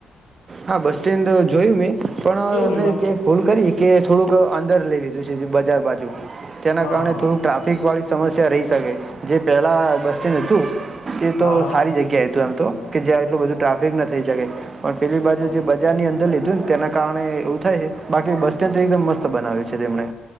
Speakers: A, on the right; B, on the left.
A: હા બસ સ્ટેન્ડ જોયું મેં પણ અ
B: કેવું
A: એમને
B: રહ્યું
A: ભૂલ કરી કે થોડુંક અંદર લઈ લી રેવડી બજાર બાજુ તેના
B: આમ
A: કારણે
B: હા
A: થોડું ટ્રાફિક વાળી સમસ્યા રહી શકે જે પહેલાં બસ સ્ટેન્ડ હતું તે
B: હા
A: તો
B: હા
A: સારી જગ્યાએ હતું એમ. તો કે જ્યાં એટલું બધું ટ્રાફિક ના થઈ શકે પણ પેલી બાજુ
B: હા
A: જે બજારની અંદર લીધ ધન તેના કારણે એવું થાય હે બાકી બસ સ્ટેન્ડ તો એકદમ મસ્ત બનાવે છે તેમને.